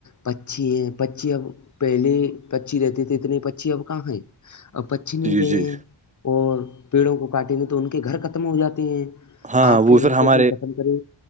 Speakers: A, on the left; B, on the right.
A: پچھی ہے پچھی اب پہلے پچھی رہتے تھے اتنے پچھی اب کہاں ہے اب پچھی نہیں
B: جی
A: رہے
B: جی
A: اور پیڑوں کو کاٹیں گے تو ان کے گھر ختم ہو جاتے ہیں
B: ہاں
A: آپ
B: وہ
A: کے گھر
B: سر ہمار
A: کو ختم کرے